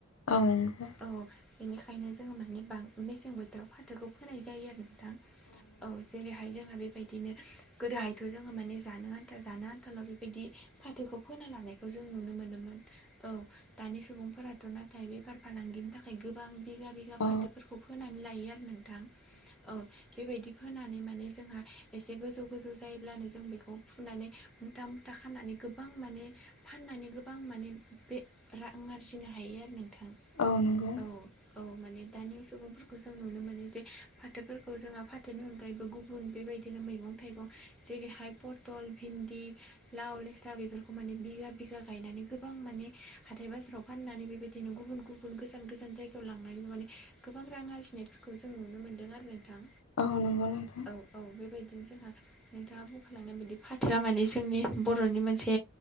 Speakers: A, on the left; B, in the centre.
A: औ नंगौ
B: औ बेनिखायनो जोङो माने बांसिन मेसें बोथोराव फाथोखौ फोनाय जायो आरो दा औ जेरैहाय जोंङो बेबायदिनो गोदोहायथ' जोङो माने जानो आन्था जानो आन्थाल' बेबायदि फाथोखौ फोना लानायखौ जों नुनो मोनोमोन। औ दानि सुबुंफोराथ' नाथाय बेफार फालांगिनि थाखाय गोबां बिगा बिगा
A: औ
B: फाथोफोरखौ फोना नानै लायो आरो नोंथां औ बेबायदि फोनानै माने जोंहा एसे गोजौ गोजौ जायोब्लानो जों बेखौ फुनानै मुथा मुथा खालामनानै गोबां माने फाननानै गोबां माने बे रां आरजिनो हायो आरो नोंथां
A: औ नंगौ
B: औ औ माने दानि सुबुंफोरखौ जों नुनो मोनो जे फाथोफोरखौ जोंहा फाथोनि अनगायैबो गुबुन बेबायदिनो मैगं थाइगं जेरैहाय पटल भिन्दि लाव लेस्रा बेफोरखौ माने बिगा बिगा गायनानै गोबां माने हाथाय बाजाराव फाननानै बेबायदिनो गुबुन गुबुन गोजान गोजान जायगायाव लांनानै माने गोबां रां आरजिनायफोरखौ जों नुनो मोनदों आरो नोंथां।
A: औ नंगौ नोंथां
B: औ औ बेबायदिनो जोंहा नोंथाङा बुंखालादों। बिदि फाथोआ माने जोंनि बर'नि मोनसे